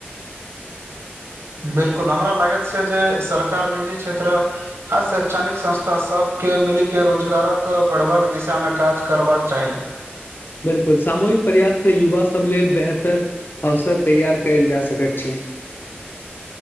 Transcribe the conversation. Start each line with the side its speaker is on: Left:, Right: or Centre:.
Right: बिल्कुल हमरा लागैत छै जे सरकार निजी क्षेत्र आ शैक्षणिक संस्था सबके मिली के रोजगारक बढ़बाक दिशा मे काज करबाक चाही।
Left: बिल्कुल सामूहिक प्रयास से युवा सब लेल बेहतर अवसर तैयार कैल जा सकैत छै।